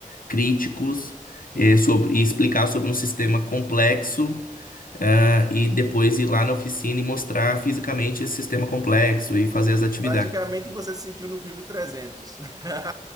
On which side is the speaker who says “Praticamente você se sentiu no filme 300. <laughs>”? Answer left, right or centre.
Right